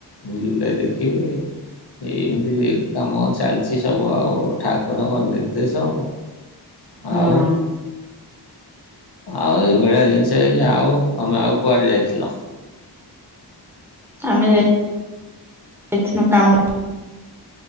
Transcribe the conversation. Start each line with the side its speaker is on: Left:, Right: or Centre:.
Left: ବୁଲି ବୁଲାକି ଦେଖିବେ। ଏଇମିତି କାମ ଚାଲିଛି ସବୁ ଆଉ ଠାକୁରଙ୍କ ନିର୍ଦ୍ଦେଶ।
Centre: ହୁଁ
Left: ଆଉଁ। ଆଉ ଏଇଭଳିଆ ଜିନିଷ, ଆଉ ତମେ ଆଉ କୁଆଡ଼େ ଯାଇଥିଲ?
Centre: ଆମେ ଯାଇ ଥିନୁ କାମ